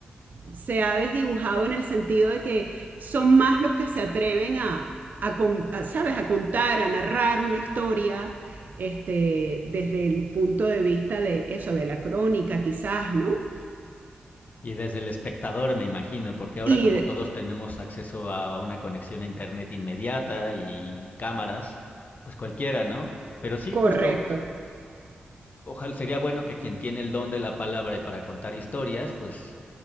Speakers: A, on the right (about 55°); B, on the left (about 50°).
A: Se ha desdibujado en el sentido de que son más los que se atreven a, a, a ¿sabes? A contar, a narrar una historia. Este, desde el punto de vista de eso, de la crónica quizás, ¿no?
B: Y desde el espectador, me imagino, porque ahora
A: Y
B: como todos tenemos acceso a una conexión a internet inmediata y cámaras, pues cualquiera, ¿no? Pero sí,
A: correcto.
B: justo ojalá sería bueno que quien tiene el don de la palabra y para contar historias, pues